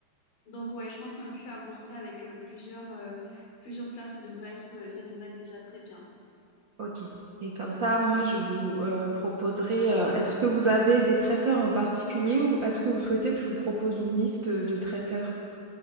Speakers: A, on the left (about 65°); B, on the right (about 45°).
A: Donc, ouais, je pense qu'un buffet à volonté avec euh, plusieurs, euh, plusieurs plats, ça devrait être, ça devrait être déjà très bien.
B: Ok. Et comme ça, moi, je vous euh, proposerai, euh, est-ce que vous avez des traiteurs en particulier ou est-ce que vous souhaitez que je vous propose une liste de traiteurs?